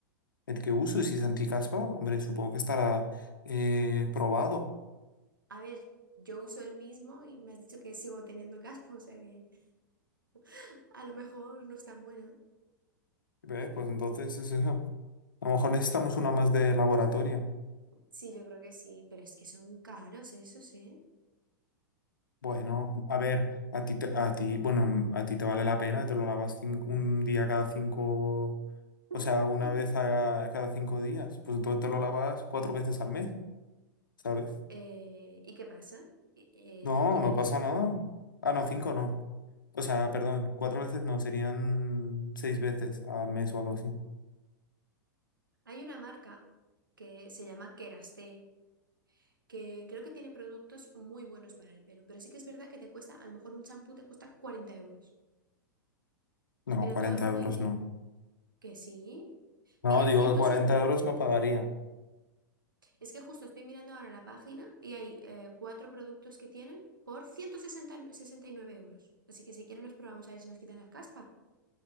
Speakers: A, on the left; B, on the right.
A: el que uso, y si es anticaspa, hombre, supongo que estará eh, probado.
B: A ver, yo uso el mismo y me has dicho que sigo teniendo caspa, <laughs> o sea que <laughs> a lo mejor no es tan bueno. ¿eh?
A: ¿Ves? Pues entonces es eso. A lo mejor necesitamos uno más de laboratorio.
B: Sí, yo creo que sí, pero es que son caros esos, ¿eh?
A: Bueno, a ver, a ti, te- a ti, bueno, a ti te vale la pena, te lo lavas cin- un día cada cinco, o
B: <laughs>
A: sea, una vez a- cada cinco días. Pues entonces te lo lavas cuatro veces al mes. ¿sabes?
B: Eh, ¿y qué pasa? Eh, eh,
A: No,
B: ¿quieres?
A: no pasa nada. Ah,
B: Ah,
A: no, cinco no. O sea, perdón, cuatro veces no, serían seis veces al mes o algo así.
B: hay una marca que se llama Keraste, que creo que tiene productos muy buenos para el pelo, pero sí que es verdad que te cuesta, a lo mejor un champú te cuesta 40 euros,
A: No,
B: pero
A: cuarenta
B: todo el mundo
A: euros
B: dice
A: no.
B: que sí.
A: No,
B: Mira,
A: digo
B: 160...
A: que 40 euros no pagaría.
B: Es que justo estoy mirando ahora la página y hay eh, cuatro productos que tienen por 169 euros. Así que si quieren los probamos a ver si nos quitan la caspa.